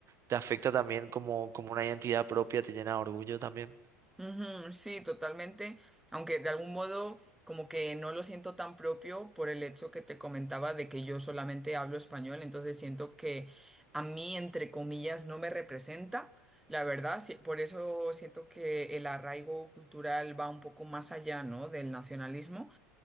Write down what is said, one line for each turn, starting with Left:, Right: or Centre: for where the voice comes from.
Right: te afecta también como, como una identidad propia, te llena de orgullo también.
Centre: Ujú, sí, totalmente, aunque de algún modo como que no lo siento tan propio por el hecho que te comentaba de que yo solamente hablo español, entonces siento que a mí, entre comillas, no me representa, la verdad, sí, por eso siento que el arraigo cultural va un poco más allá, ¿no? del nacionalismo.